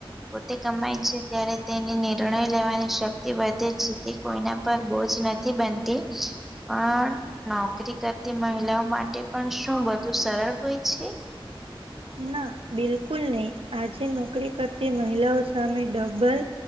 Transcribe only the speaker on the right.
ના બિલકુલ નહી આજે નોકરી કરતી મહિલાઓ સામે ડબલ